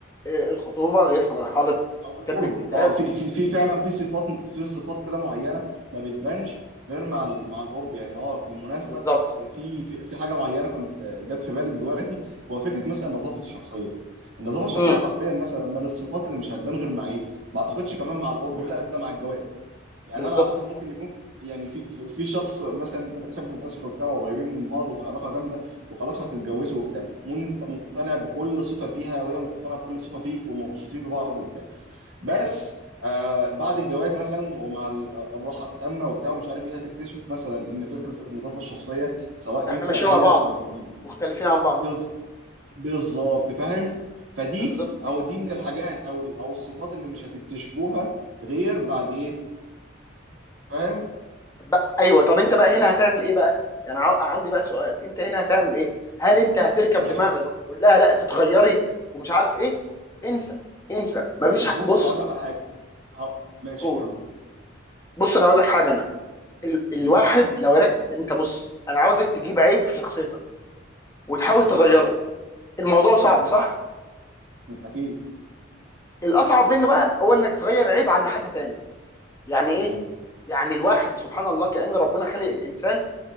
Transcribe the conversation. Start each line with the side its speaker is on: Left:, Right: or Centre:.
Left: آه، الخطوبه غير في مرحله
Right: او القرب
Left: كتب الكتاب
Right: اه في في في فعلا في صفات في صفات كده معينه ما بتبانش غير مع ال- مع القرب يعني اه بالمناسبه
Left: بالظبط
Right: في في في حاجه معينه كنت جت في بالي دلوقتي هو فكره مثلا النظافه الشخصيه النظافه الشخصيه
Left: امم
Right: حرفيا مثلا من الصفات اللي مش هتبان غير مع ايه ما اعتقدش كمان مع القرب لا ده مع الجواز يعني
Left: بالظبط
Right: انا اعتقد ممكن يكون في يعني في في في شخص مثلا انت بتحبه فشخ وبتاع وقريبين من بعض وفي علاقه جامده وخلاص هتتجوزوا وبتاع وانت مقتنع بكل صفه فيها وهي مقتنعه بكل صفه فيك ومبسوطين ببعض وبتاع بس آه بعد الجواز مثلا ومع ال- آه، الراحه التامه وبتاع ومش عارف ايه هتكتشف مثلا ان فكره النظافه الشخصيه سواء
Left: احنا
Right: انت
Left: ماشيين
Right: او هي
Left: مع بعض
Right: م- م-
Left: مختلفين عن بعض
Right: بز- بالظبط فاهم فدي
Left: بالظبط
Right: او دي من الحاجات او ال- او الصفات اللي مش هتكتشفوها غير بعد ايه فاهم
Left: بقى- ايوه طب انت بقى هنا هتعمل ايه بقى يعني ع- عندي بقى سؤال انت هنا هتعمل ايه هل انت هتركب
Right: ما انا
Left: دماغك
Right: عشان
Left: وتقول لها لا تتغيري ومش عارف ايه انسى انسى مفيش
Right: بص
Left: ح- بص
Right: هقول لك على حاجه ه- ماشي
Left: قول
Right: كمل
Left: بص انا هقول
Right: لأ.
Left: لك حاجه انا ال... الواحد
Right: مم.
Left: لو رك انت بص انا عاوزك تجيب عيب في شخصيتك وتحاول
Right: مم.
Left: تغيره الموضوع
Right: مم.
Left: صعب صح
Right: اكيد
Left: الاصعب منه بقى هو انك تغير عيب عند حد تاني يعني ايه
Right: مم.
Left: يعني الواحد سبحان الله كأن ربنا خلق الانسان